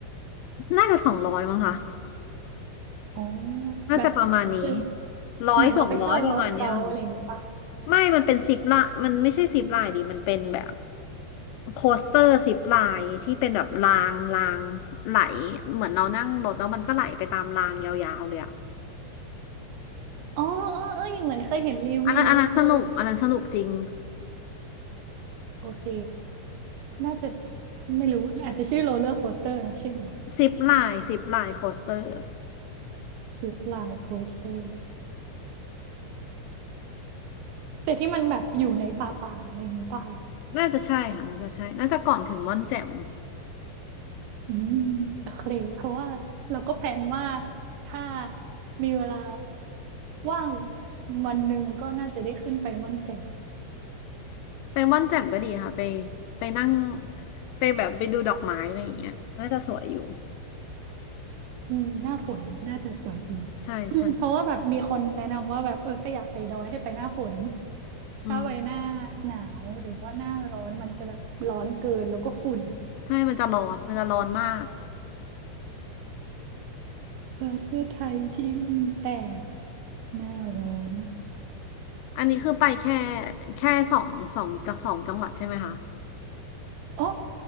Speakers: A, on the left; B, on the right.
A: น่าจะสองร้อยมั้งคะ
B: อ๋อ
A: น่าจะประมาณนี้
B: แบบคือ
A: ร้อยสองร้อยประมาณเนี้ยค่ะ
B: เหมือนเราไปเช่ารถเขาอะไรอย่างเงี้ยปะ
A: ไม่มันเป็นซิปละมันไม่ใช่ซิปลายดิมันเป็นแบบโคสเตอร์ซิปลายที่เป็นแบบรางรางไหลเหมือนเรานั่งรถแล้วมันก็ไหลไปตามรางยาวๆเลยอะ
B: อ๋อเออเออเหมือนเคยเห็นรีวิวเออ
A: อันนั้นอันนั้นสนุกอันนั้นสนุกจริง
B: โอเค น่าจะไม่รู้ อาจจะชื่อโรลเลอร์โคสเตอร์เนาะใช่ไหม
A: ซิปลายซิปลายโคสเตอร์
B: ซิปไลน์โคสเตอร์แต่ที่มันแบบอยู่ในป่าป่าอะไรอย่างงี้ป่ะคะ
A: น่าจะใช่ค่ะน่าจะใช่น่าจะก่อนถึงม่อนแจ่ม
B: อืมโอเค เพราะว่าเราก็แพลนว่าถ้ามีเวลาว่างวันหนึ่งก็น่าจะได้ขึ้นไปม่อนแจ่ม
A: ไปม่อนแจ่มก็ดีค่ะไปไปนั่งไปแบบไปดูดอกไม้อะไรอย่างเงี้ยน่าจะสวยอยู่
B: อืมหน้าฝนน่าจะสวยจริง
A: ใช่ใช่
B: <laughs> เพราะว่าแบบมีคนแนะนำว่าแบบเออถ้าอยากไปดอยให้ไปหน้าฝน
A: อืม
B: ถ้าไปหน้าหนาวหรือว่าหน้าร้อนมันจะแบบร้อนเกินแล้วก็ฝุ่น
A: ใช่มันจะร้อนมันจะร้อนมาก
B: ประเทศไทยที่มีแต่หน้าร้อน
A: อันนี้คือไปแค่แค่สองสองจากสองจังหวัดใช่ไหมคะ
B: โอ้อ